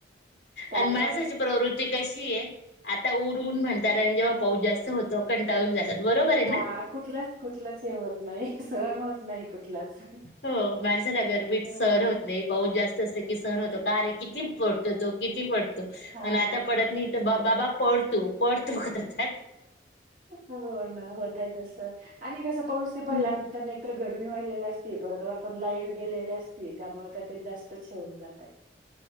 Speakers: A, on the right; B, on the left.
A: त्यात
B: आणि माणसाची
A: परत
B: प्रवृत्ती कशी आहे आता ऊरऊन म्हण. ण जेव्हा पाऊ जास्त होतो. कंटाळून
A: त्याळे
B: जातात बरोबर आहे ना?
A: हा कुठलाच कुठलंच हे होत नाही सगण होत. नाही कुठलाच.
B: हो माणसाला गरमी
A: हम्म.
B: सहन होत नाही पाऊस जास्त असते. कि सहन होतो कार्य किती पडत तो किती पडत.
A: हा
B: आणि आता
A: ना.
B: पडत नाही. बाबा पड तू. पड तू करतात.
A: हो ना होतय तस आणि कसं पाऊस
B: हम्म.
A: ते पडल्यानंतर एक तरर घर. व्हायलेली असली त वरतून लाईट गेलेली असती त्यामुळे तर ते जास्त हे होऊन जातंय.